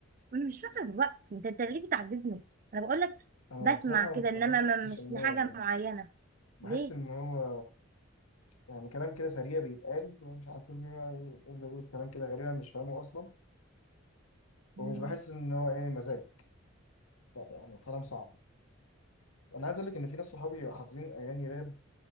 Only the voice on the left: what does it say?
أنا
بصراحة
ما بحسش
إن
هو أغاني
بحس
إن هو يعني كلام كده سريع بيتقال ومش عارف مين يقعد يقول كلام كده غريبا مش فاهمه أصلا ومش
بحس إن هو إيه مزاج لا يعني كلام صعب أنا عايز أقول لك إن في ناس صحابي حافظين أغاني راب